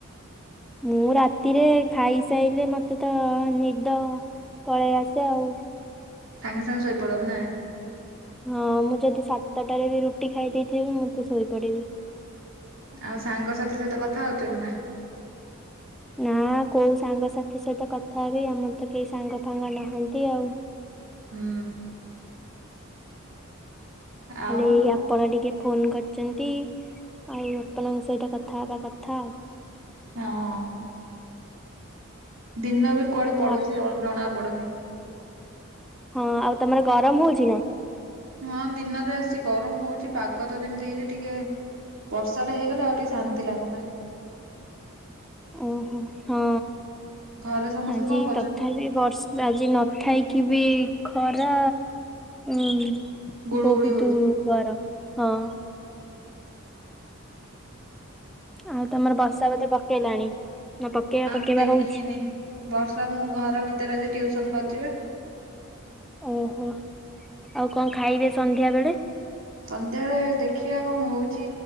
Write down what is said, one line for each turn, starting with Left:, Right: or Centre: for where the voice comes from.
Centre: ମୁଁ ରାତିରେ ଖାଇସାଇଲେ ମତେ ତ ନିଦ ପଳେଇ ଆସେ ଆଉ।
Right: ସାଙ୍ଗେ ସାଙ୍ଗେ ଶୋଇପଡ ନା।
Centre: ହଁ ମୁଁ ଯଦି ସାତଟାରେ ବି ରୁଟି ଖାଇ ଦେଇେଇଥିବି ମୁଁ ତ ଶୋଇପଡିବି।
Right: ଆଉ ସାଙ୍ଗସାଥି ସହିତ କଥା ହଉଛନ୍ତି ନା।
Centre: ନା କୋଉ ସାଙ୍ଗସାଥି ସହିତ କଥା ହେବି ଆମର ତ କେହି ସାଙ୍ଗ ଫାଙ୍ଗ ନହାନ୍ତି ଆଉ।
Right: ହୁଁ। ଆଉ
Centre: ଖାଲି ଆପଣ ଟିକେ ଫୋନ୍ କରିଚନ୍ତି ଆଉ ଆପଣଙ୍କ ସହିତ କଥା ହେବା କଥା।
Right: ହଁ। ଦିନ ବେଳ କୁଆଡେ
Centre: ଆଉ
Right: ପଳଉଚି
Centre: ଆ-
Right: ଜଣା ପଡୁନି।
Centre: ହଁ ଆଉ ତମର ଗରମ ହଉଛି ନା।
Right: ହଁ ଦିନରେ ଆସି ଗରମ ହଉଛି ପାଗ ତ ଯେମିତି ହେଇଛି ଟିକେ ବର୍ଷା ଟା ହେଇଗଲେ ଆଉ ଟିକେ ଶାନ୍ତି ଲାଗନ୍ତା।
Centre: ଓହୋ ହଁ
Right: ଘରେ ସମସ୍ତେ
Centre: ଆଜି
Right: କଣ କରୁଛନ୍ତି
Centre: ତଥାପି ବର୍ଷ ଆଜି ନଥାଇକି ବି ଖରା ଉ
Right: ଗୁଳୁ
Centre: ବହୁତୁ
Right: ଗୁଳି ହଉଛି
Centre: ଗରମ ହଁ। ଆଉ ତମର ବର୍ଷା ବୋଧେ ପକେଇଲାଣି ନା ପକେଇବା ପକେଇବା
Right: ମୁଁ ଦେଖିନି
Centre: ହଉଛି।
Right: ବର୍ଷା ମୁଁ ଘର ଭିତରେ ଆଜି ଟିଉସନ କରୁଥିବେ।
Centre: ଓହୋ ଆଉ କଣ ଖାଇବେ ସନ୍ଧ୍ୟା ବେଳେ।
Right: ସନ୍ଧ୍ୟାବେଳେ ଦେଖିଆ କଣ ହଉଛି